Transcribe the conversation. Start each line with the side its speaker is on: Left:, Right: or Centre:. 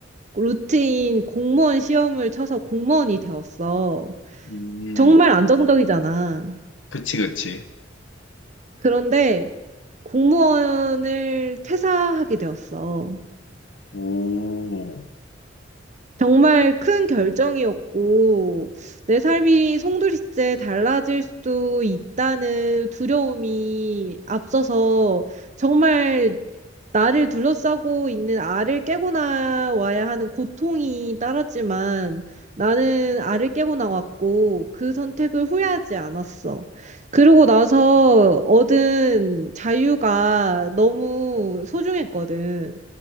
Right: 루틴 공무원 시험을 쳐서 공무원이 되었어.
Left: 음,
Right: 정말 안정적이잖아.
Left: 그치, 그치.
Right: 그런데 공무원을 퇴사하게 되었어.
Left: 오,
Right: 정말 큰 결정이었고, 내 삶이 송두리째 달라질 수도 있다는 두려움이 앞서서 정말 나를 둘러싸고 있는 알을 깨고 나와야 하는 고통이 따랐지만 나는 알을 깨고 나왔고 그 선택을 후회하지 않았어. 그러고 나서 얻은 자유가 너무 소중했거든.